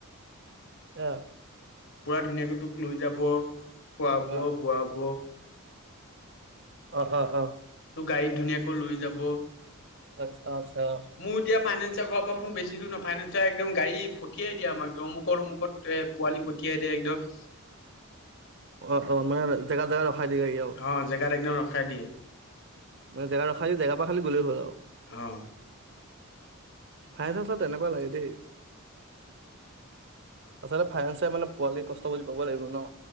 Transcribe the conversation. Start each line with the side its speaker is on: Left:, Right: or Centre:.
Right: অ,
Left: পূৰা, ধুনীয়াকৈ তোক লৈ যাব খোৱাব
Right: অ',
Left: বোৱাব
Right: অ, হা, হা,
Left: তোক গাড়ীত ধুনীয়াকৈ লৈ যাব।
Right: <inaudible>
Left: মোৰ এতিয়া ফাইনেঞ্চল প্ৰব্লেম মোৰ বেছি দৰ নাই ফাইনেন্ঞ্চে একদম গাড়ী পঠিয়াই দিয়ে আমাক অমুকৰ- অমুকত। পোৱালি পঠিয়াই দিয়ে একদম
Right: অ, অ, মানে জেগ-জেগা ৰখাই দিয়েহি আৰু
Left: অ, জেগাত একদম ৰখাই দিয়ে।
Right: মানে জেগাত ৰখাই দিয়ে, জেগা পৰা খালি গলে হ'ল আৰু।
Left: অঁ।
Right: ফাইছেন্সন তেনেকুৱা লাগে দেই। আচলতে ফাইনেঞ্চয়ে মানে পোৱালিৰ কষ্ট বুজি পাব লাগিব ন।